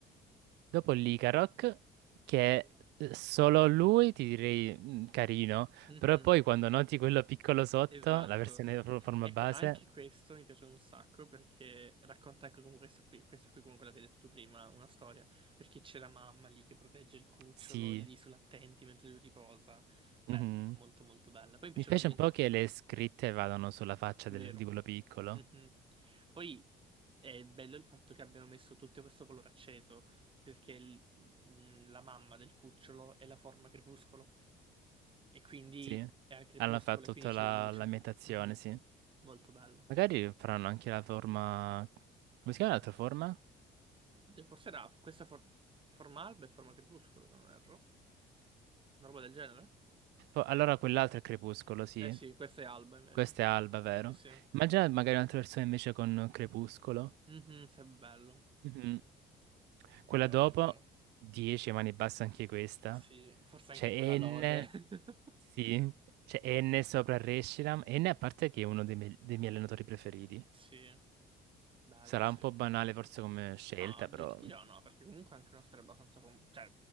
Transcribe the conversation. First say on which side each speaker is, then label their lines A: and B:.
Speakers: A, on the right; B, on the right.
A: Dopo l'Icaroc, che
B: Bella.
A: eh, solo lui ti direi mm, carino,
B: Mhm,
A: però poi quando noti quello piccolo sotto,
B: Esatto.
A: la versione pro- forma
B: Ecco,
A: base,
B: anche questo mi piace un sacco perché racconta anche come questa qui, questa qui come quella che hai detto tu prima, una storia, perché c'è la mamma lì che protegge il cucciolo
A: sì.
B: lì sull'attenti mentre lui riposa. Bella,
A: mhm.
B: molto molto bella. Poi mi piace
A: Mi spiace
B: l'ambientazione,
A: un po' che le scritte vadano sulla faccia
B: vero.
A: del- di quello piccolo.
B: Mhm. Poi è bello il fatto che abbiano messo tutto questo colore acceso, perché il- mh, la mamma del cucciolo è la forma crepuscolo, e quindi
A: Sì.
B: è al crepuscolo,
A: Hanno fatto
B: e quindi
A: tutta
B: c'è
A: la-
B: la luce.
A: l'ambientazione,
B: Mhm.
A: sì.
B: Molto bello.
A: Magari faranno anche la forma... Come si chiama l'altra forma?
B: Oddio, forse era questa for- forma alba e forma crepuscolo, se non erro. Una roba del genere?
A: Fo- Allora quell'altro è crepuscolo, sì.
B: Eh sì, questa è alba invece.
A: Questa è alba, vero?
B: Sì, sì.
A: Immagina magari un'altra versione invece con crepuscolo.
B: Mhm, sarebbe bello.
A: Mhm. Quella
B: Poi,
A: dopo,
B: oh mio Dio.
A: 10, ma ne basta anche questa.
B: Sì, forse
A: C'è
B: anche con la lode.
A: N,
B: <laughs>
A: sì, c'è N sopra Reshiram. N a parte che è uno dei, miei dei miei allenatori preferiti.
B: Sì, bello,
A: Sarà
B: sì.
A: un po' banale forse come scelta,
B: No, oddio,
A: però...
B: ti dirò no, perché comunque è anche una storia abbastanza... com- cioè,